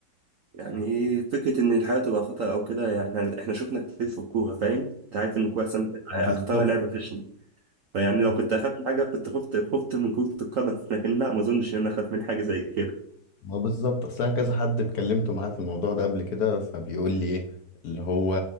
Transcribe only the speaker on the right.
يعني ايه فكرة إن الحياة تبقى خطر أو كده يعني إحنا شفنا كتير في الكورة فاهم؟ أنت عارف إن الكورة أحسن
أكترها
لعبة في فيعني لو كنت اخاف من حاجه كنت خفت خفت من كرة القدم لكن لا ما اظنش ان انا اخاف من حاجه زي كده